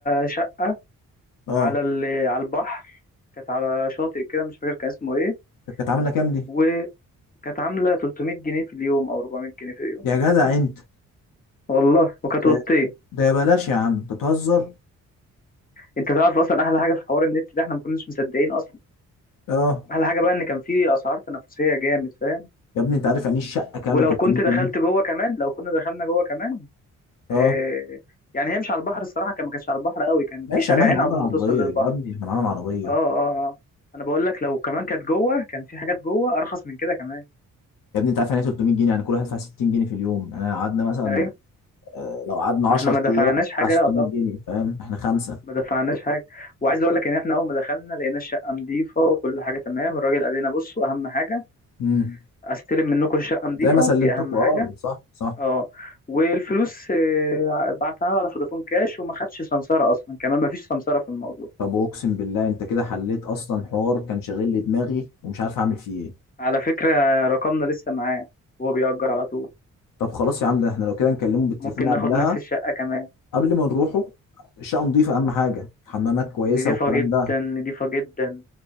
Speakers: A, on the left; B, on the left.
A: شقة
B: اه
A: على ال... على البحر كانت على شاطئ كده مش فاكر كان اسمه ايه
B: طب كانت عامله كام دي
A: وكانت عامله 300 جنيه في اليوم او 400 جنيه في اليوم
B: يا جدع انت
A: والله وكانت
B: ده
A: اوضتين
B: ده يا بلاش يا عم انت بتهزر
A: انت تعرف اصلا احلى حاجه في حوار النت ده احنا ما كناش مصدقين اصلا
B: اه
A: احلى حاجه بقى ان كان في اسعار تنافسيه جامد فاهم
B: يا ابني انت عارف يعني ايه الشقه كامله
A: ولو
B: 300
A: كنت دخلت
B: جنيه
A: جوه كمان لو كنا دخلنا جوه كمان
B: اه
A: آه يعني هي مش على البحر الصراحه كان ما كانتش على البحر قوي كان
B: ماشي
A: في شارعين
B: يا عم احنا معانا
A: عقبال
B: العربيه
A: ما توصل للبحر
B: يا ابني احنا معانا العربيه
A: اه اه اه انا بقول لك لو كمان كانت جوه كان في حاجات جوه ارخص من كده كمان
B: يا ابني انت عارف يعني إيه 300 جنيه يعني كل واحد يدفع 60 جنيه في اليوم يعني لو قعدنا مثلا
A: ايوه
B: آه، لو قعدنا 10
A: ما احنا ما دفعناش
B: ايام هتدفع
A: حاجه
B: 600
A: يا
B: جنيه فاهم احنا خمسه
A: ما دفعناش حاجة وعايز اقول لك ان احنا اول ما دخلنا لقينا الشقة نظيفة وكل حاجة تمام الراجل قال لنا بصوا اهم حاجة
B: امم
A: استلم منكم الشقة نظيفة
B: زي ما سلمتكم
A: دي اهم حاجة
B: اه صح صح
A: اه والفلوس آه، بعتها على فودافون كاش وما خدش سمسارة اصلا كمان ما فيش سمسارة في الموضوع
B: طب اقسم بالله انت كده حليت اصلا حوار كان شاغل لي دماغي ومش عارف اعمل فيه ايه
A: على فكرة رقمنا لسه معاه وهو بيأجر على طول
B: طب خلاص يا عم ده احنا لو كده نكلمه بالتليفون
A: ممكن
B: قبلها
A: ناخد نفس الشقة كمان
B: قبل ما نروحوا الشقه نضيفه اهم حاجه حمامات كويسه
A: نضيفة
B: والكلام
A: جدا
B: ده
A: نضيفة جدا